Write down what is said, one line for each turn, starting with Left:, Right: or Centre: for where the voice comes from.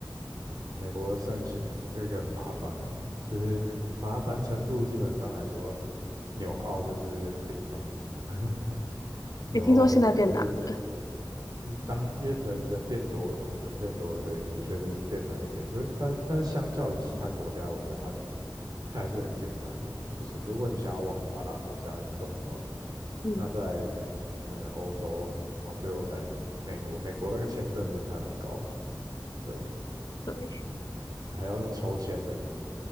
Right: 美国申请这个很麻烦的，就是麻烦程度基本上来说，纽澳就是零嘛。<laughs> 纽澳呃，
Left: 也听说现在变难了。
Right: 嗯，当因为人人变多了嘛，人变多了，所以的确是变难一点。就是但但是相较于其他国家，我觉得它它还是很简单的。就是如果你想要往发达国家移动的话，
Left: 嗯。
Right: 那在可能欧洲，然后最后才美国。美国那个签证真的太难搞了，对，
Left: 对。
Right: 还要用抽签的。